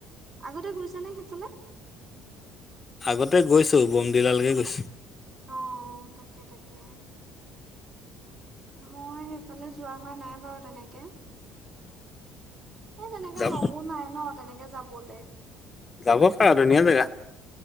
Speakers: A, on the right; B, on the left.
A: আগতে গৈছানে সেইফালে?
B: আগতে গৈছো, বমডিলালেকৈ গৈছো।
A: অঁ', তাকে-তাকে মই সেইফালে যো যোৱা হোৱা নাই বাৰু তেনেকে এই তেনেকে
B: যাব
A: লগো নাই, তেনেকে যাবলে
B: যাব পাৰা ধুনীয়া জেগা